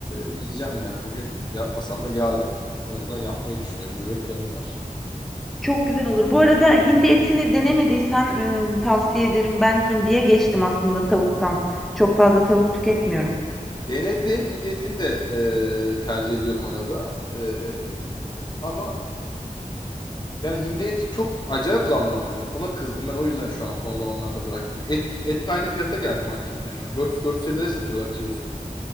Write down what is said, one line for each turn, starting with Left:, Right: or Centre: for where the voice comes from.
Left: yiyeceğim yani. Bugün yapmasam da yarın en azından yapmayı düşünüyorum. Böyle bir planım var.
Centre: Çok güzel olur. Bu arada hindi etini denemediysen e, tavsiye ederim. Ben hindiye geçtim aslında tavuktan. Çok fazla tavuk tüketmiyorum.
Left: Denedim. Hindi etini de e, tercih ediyorum arada. Ee, ama yani hindi eti çok acayip zamlandı. Ona kızdım ben o yüzden şu an son zamanlarda bıraktım. Et, et de aynı fiyata geldi markette şu an. 400-450 liraya satıyorlar kilosunu.